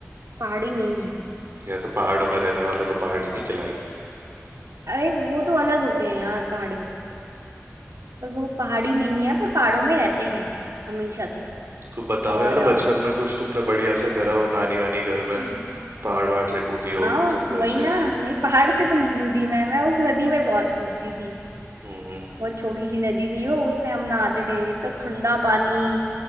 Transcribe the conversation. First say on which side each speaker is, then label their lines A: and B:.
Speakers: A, on the right; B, on the right.
A: पहाड़ी नहीं है
B: या तो पहाड़ों में रहने वाले तो पहाड़ी नहीं खिलाएंगे
A: अरे वो तो अलग होते हैं यार पहाड़ी पर वो पहाड़ी नहीं है पर पहाड़ों में रहते हैं हमेशा से
B: कुछ बताओ
A: और
B: यार बचपन में कुछ तुमने बढ़िया सा करा हो नानी वानी घर में
A: अ,
B: पहाड़ वहाड़ से कूदी
A: हाँ
B: हो तुम वैसे
A: वही ना नहीं पहाड़ से तो नहीं कूदी मैं मैं उस नदी में बहुत कूदती थी
B: हम्म
A: बहुत छोटी सी नदी थी वो उसमें हम नहाते थे इतना ठंडा पानी